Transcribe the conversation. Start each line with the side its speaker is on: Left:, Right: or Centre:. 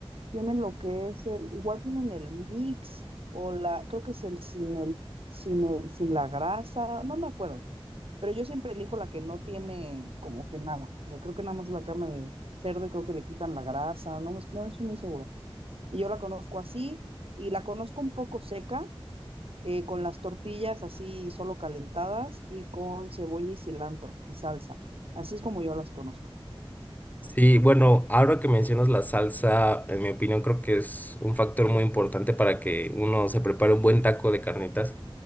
Right: tienen lo que es el, igual tienen el mix o la, creo que es el sin el, sin el, sin la grasa, no me acuerdo, pero yo siempre elijo la que no tiene como que nada, o sea, creo que nada más la carne de cerdo, y creo que le quitan la grasa, no, me- no estoy muy segura. Y yo la conozco así y la conozco un poco seca, eh, con las tortillas así solo calentadas y con cebolla y cilantro y salsa. Así es como yo las conozco.
Left: Sí, bueno, ahora que mencionas la salsa, en mi opinión creo que es un factor muy importante para que uno se prepare un buen taco de carnitas.